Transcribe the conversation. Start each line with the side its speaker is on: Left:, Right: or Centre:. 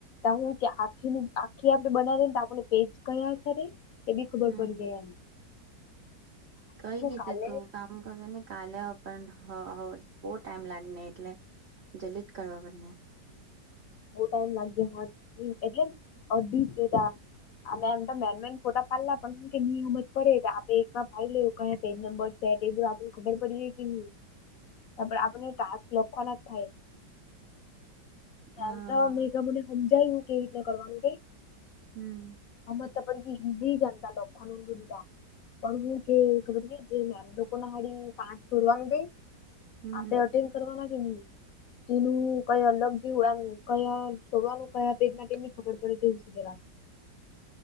Left: હ કે આખીની આખી આપડે બનાવીને આપણે પેજ કયા કરે. એ બી ખબર
Right: હમ
Left: પડી જાય આમ.
Right: કઈ નહતે
Left: કાલે
Right: તું કામ કરજો નને કાલે પણ બહુ ટાઈમ લાગને એટલે. જલિત કરવા બંને.
Left: બ ટાઈમ લાગ્યો એટલેી જોતા. આમે એમ તો મેન મેન ફોટા પાડલા પણ નિયામત પડે આપે એક ભાઈ લેવ. કયા પેજ નંબર છે તે આપડ ખબ પડી જાય કે નહી. ત આપ ટક લક્ષણ થાય. ના
Right: હા
Left: તો મેં મને સમજાયું કેવી રીતના કરવાનું કે?
Right: હમ.
Left: હમેત પણડ જઈ જાતા લખન દુરરા. <inaudible> હુન કે ખબર જેમ કોના હારી પાચ ફડવાન ગઈ.
Right: હમ
Left: આપણે અટેન કરવા લગી ન એનું કઈ અલગ? મ કયા છોડવાનું કયા પેગમની ખબર પડે તેવું છે.